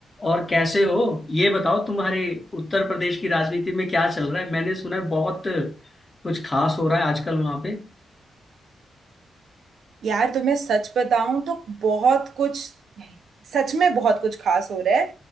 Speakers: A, on the left (about 25°); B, on the right (about 70°).
A: और कैसे हो ये बताओ तुम्हारे उत्तर प्रदेश की राजनीति में क्या चल रहा है मैंने सुना है बहुत कुछ खास हो रहा है आजकल वहां पे
B: यार तुम्हें सच बताऊं तो बहुत कुछ सच में बहुत कुछ खास हो रहा है